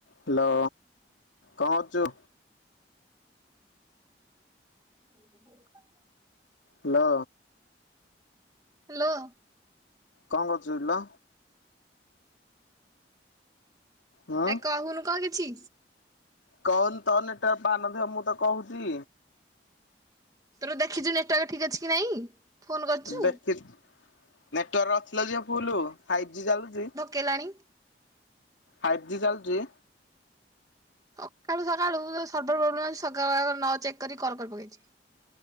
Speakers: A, on the left; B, on the right.
A: Hello, କଣ କରୁଚୁ?
B: <unintelligible>
A: Hello.
B: Hello.
A: କଂ କରୁଚୁକିଲୋ। ହୁଁ
B: ଏ କହୁନୁ କଂ କିଛି।
A: କଣ ତ ନେଟ ପାଉ ନଥିବ ମୁଁ ତ କହୁଚି।
B: ତୋର ଦେଖିଛୁ ନେଟୱର୍କ ଠିକ ଅଛି। କି ନାଇଁ ଫୋନ କରିଛୁ
A: ଦେଖିଚି ନେଟୱର୍କ ଅଛିଲୋ ଝିଅ ଫୁଲୁ। ଫାଇପି ଯି ଚାଲୁଚି।
B: କେଲାଣି।
A: ଫାଇଭ୍ ଜି ଚାଲୁଚି।
B: ସକାଳୁ ସକାଳୁ ସର୍ଭ ପ୍ରୋବ୍ଲେମ ଅଛି ସ ନ ଚେକ୍ କରି କର କରି ପକେଇଛି।